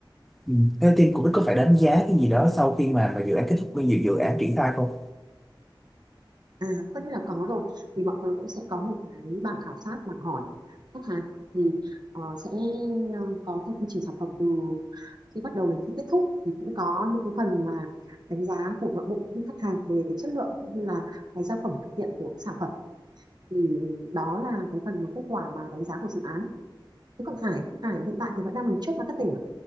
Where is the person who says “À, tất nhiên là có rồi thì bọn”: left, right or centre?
Right